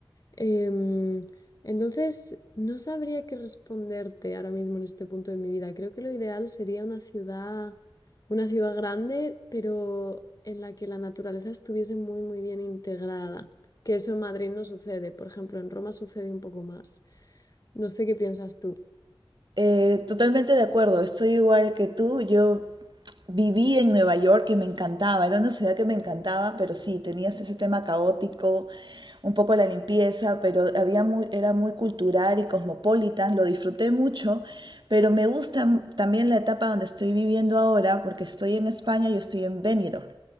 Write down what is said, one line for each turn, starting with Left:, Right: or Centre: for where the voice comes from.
Left: Em, entonces, no sabría qué responderte ahora mismo en este punto de mi vida. Creo que lo ideal sería una ciudad, una ciudad grande, pero en la que la naturaleza estuviese muy, muy bien integrada. Que eso en Madrid no sucede. Por ejemplo, en Roma sucede un poco más. No sé qué piensas tú.
Right: Eh, totalmente de acuerdo, estoy igual que tú. Yo viví en Nueva York que me encantaba, era una ciudad que me encantaba, pero sí, tenías ese tema caótico, un poco la limpieza, pero había muy, era muy cultural y cosmopolitan, lo disfruté mucho, pero me gusta también la etapa donde estoy viviendo ahora, porque estoy en España, yo estoy en Benidorm.